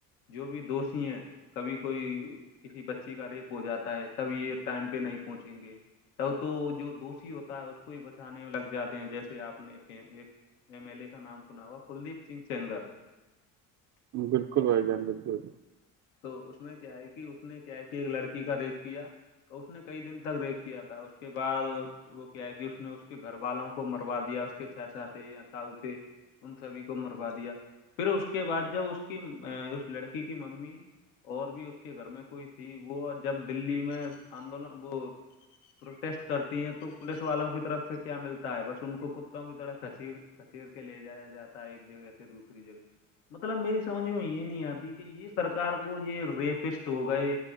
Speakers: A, on the left (about 85°); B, on the right (about 40°).
A: جو بھی دوستی ہیں کبھی کوئی کسی بچی کا ریپ ہو جاتا ہے کبھی یہ ٹائم پہ نہیں پہنچیں گے تب تو جو دوشی ہوتا ہے اس کو ہی بچانے میں لگ جاتے ہیں جیسے آپ نے ایم ایل اے کا نام سنا ہوا کلدیپ سنگ سینگر
B: بالکل بھائی جان بالکل
A: تو اس میں کیا ہے کہ اس نے کیا ہے کہ ایک لڑکی کا ریپ کیا تو اس نے کئی دن تک ریپ کیا تھا اس کے بعد وہ کیا ہے کہ اس نے اس کے گھر والوں کو مروا دیا اس کے چاچا تھے یا تاؤ تھے ان سبھی کو مروا دیا پھر اس کے بعد جب اس کی ا اس لڑکی کی ممی اور بھی اس کے گھر میں کوئی تھی وہ جب دللی میں آندولن وہ پروٹیسٹ کرتی ہیں تو پولیس والوں کی طرف سے کیا ملتا ہے بس ان کو کتوں کی طرح کچھییر کچیر کے لے جایا جاتا ہے ایک جگہ سے دوسری جگہ مطلب میری سمجھ میں یہ نہیں آتی کہ یہ سرکار کو یہ ریپسٹ ہو گئے